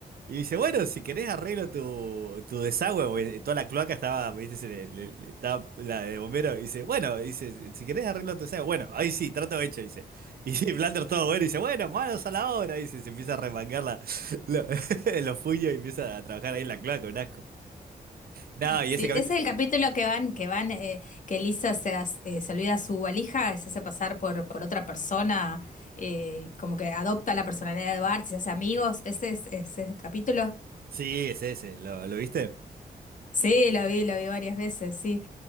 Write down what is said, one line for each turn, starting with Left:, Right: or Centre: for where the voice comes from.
Right: Y dice, bueno, si querés arreglo tu, tu desagüe, porque eh, toda la cloaca estaba, viste, se le- le- le- estaba la de bombero. Y dice, bueno, dice, si querés arreglo tu desagüe, bueno, ahí sí, trato hecho, dice. Y <laughs> Blander todo bueno, dice, bueno, manos a la obra, dice, se empieza a remangar la, la- <laughs> los puños y empieza a trabajar ahí en la cloaca, un asco. No, y
Left: Sí,
Right: ese capítulo,
Left: ese es el capítulo que van, que van, eh, que Lisa se, hace- eh, se olvida su valija, se hace pasar por, por otra persona, eh, como que adopta la personalidad de Bart, se hace amigos. Ese es ese es el capítulo.
Right: sí, es ese, ¿lo, lo viste?
Left: Sí, lo vi, lo vi varias veces, sí,